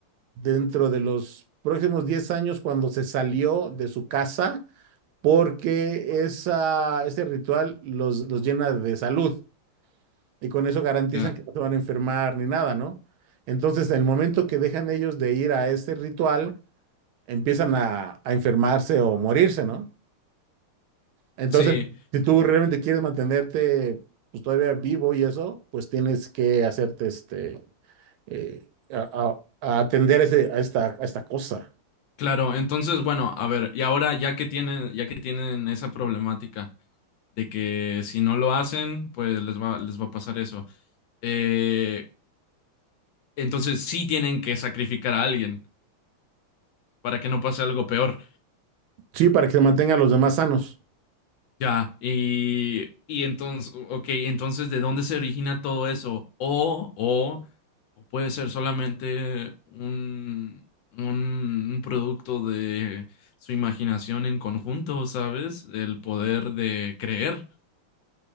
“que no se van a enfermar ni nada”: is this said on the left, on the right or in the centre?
Right